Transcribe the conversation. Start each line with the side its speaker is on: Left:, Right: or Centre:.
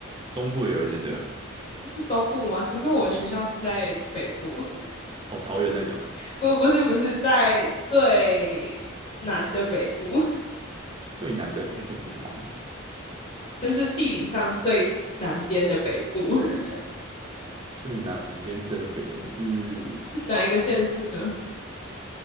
Right: 中部也有一间对吧？
Left: 是中部吗？其实我们学校是在北部。
Right: 哦，桃园那里有。
Left: 不不是不是在最南的北部，<laughs>
Right: 最南的北部是哪里？
Left: 就是地理上最南边的北部，<laughs> 是
Right: 最南边的北部是
Left: 哪一个县市呢？<laughs>